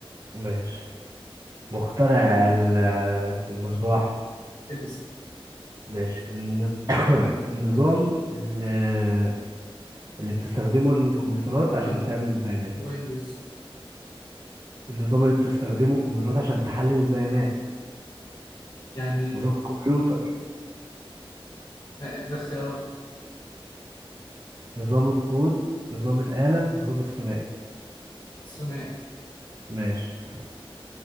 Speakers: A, on the right; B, on the left.
A: ماشي مخترع ال- آه، المصباح
B: إديسون
A: ماشي الن- <coughs> النظام ال- آه، اللي بتستخدمه الكمبيوترات عشان
B: أند
A: تعمل بيانات
B: ويندوز
A: النظام اللي بتستخدمه الكمبيوترات عشان تحلل البيانات
B: يعني
A: نظام الكمبيوتر
B: ما اديني اختيارات
A: نظام الكود نظام الآلة نظام الثنائي
B: ثنائي
A: ماشي